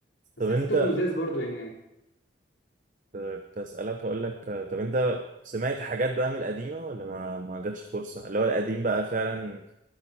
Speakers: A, on the left; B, on the right.
A: بس
B: طب انت
A: حسيتهم لزاز برضه يعني يعني
B: كنت اسالك اقول لك طب انت سمعت حاجات بقى من القديمه ولا ما ما جاتش فرصه اللي هو القديم بقى فعلا